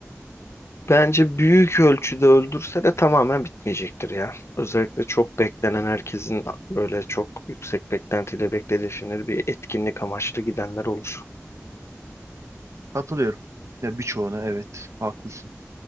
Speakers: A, on the left; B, on the right.
A: bence büyük ölçüde öldürse de tamamen bitmeyecektir ya. Özellikle çok beklenen herkesin böyle çok yüksek beklentiyle beklediği filmleri bir etkinlik amaçlı gidenler olur.
B: Katılıyorum. Ya birçoğuna evet haklısın.